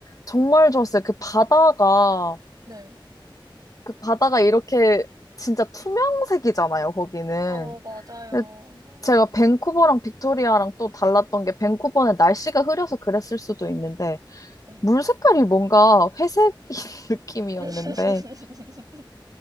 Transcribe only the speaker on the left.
정말 좋았어요. 그 바다가,
그 바다가 이렇게 진짜 투명색이잖아요, 거기는.
근데 제가 밴쿠버랑 빅토리아랑 또 달랐던 게, 밴쿠버는 날씨가 흐려서 그랬을 수도 있는데,
물 색깔이 뭔가 회색 <laughs> 느낌이었는데,